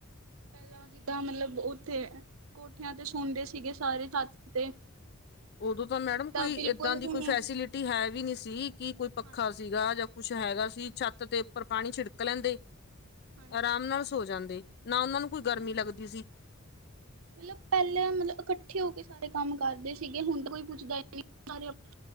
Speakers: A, on the right; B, on the left.
A: ਪਹਿਲਾਂ ਜਿੱਦਾਂ ਮਤਲਬ ਉੱਥੇ ਕੋਠਿਆਂ ਤੇ ਸੌਂਦੇ ਸੀਗੇ ਸਾਰੇ ਛੱਤ ਤੇ
B: ਉਦੋਂ ਤਾਂ
A: ਹੁਣ
B: ਮੈਡਮ ਕੋਈ
A: ਬਿਲਕੁਲ
B: ਏਦਾਂ ਦੀ
A: ਵੀ
B: ਕੋਈ
A: ਨਹੀਂ
B: ਫੈਸਿਲਿਟੀ ਹੈ ਵੀ ਨੀ ਸੀ ਕੀ ਕੋਈ ਪੱਖਾ
A: ਹਾਂਜੀ,
B: ਸੀਗਾ ਜਾਂ ਕੁਛ ਹੈਗਾ ਸੀ ਛੱਤ ਤੇ ਉੱਪਰ ਪਾਣੀ ਛਿੜਕ ਲੈਂਦੇ-
A: ਹਾਂਜੀ,
B: ਆਰਾਮ ਨਾਲ ਸੋ ਜਾਂਦੇਂ। ਨਾ ਉਨਾਂ ਨੂੰ ਕੋਈ ਗਰਮੀ
A: ਹਾਂਜੀ।
B: ਲੱਗਦੀ ਸੀ।
A: ਮਤਲਬ ਪੈਲੇ ਮਲਬ ਇਕੱਠੇ ਹੋ ਕੇ ਸਾਰੇ ਕੰਮ ਕਰਦੇ ਸੀਗੇ ਹੁਣ ਤਾਂ ਕੋਈ ਪੁੱਛਦਾ ਨੀ ਸਾਰੇ ਅਪਣੇ-